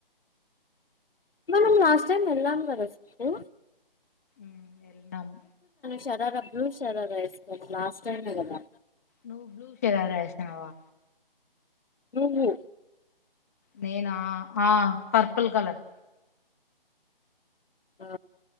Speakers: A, on the left; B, on the left.
A: మనమ్ లాస్ట్ టైం వెళ్ళామ్ కదా సిద్ధూ
B: ఊమ్ ఎళ్ళామ్
A: శరారా బ్లూ శరార ఎస్కొంది లాస్ట్ టైమే గదా
B: నువ్ బ్లూ శరారా ఏస్నవా
A: నువ్వు
B: నేనా ఆ పర్పల్ కలర్
A: ఆ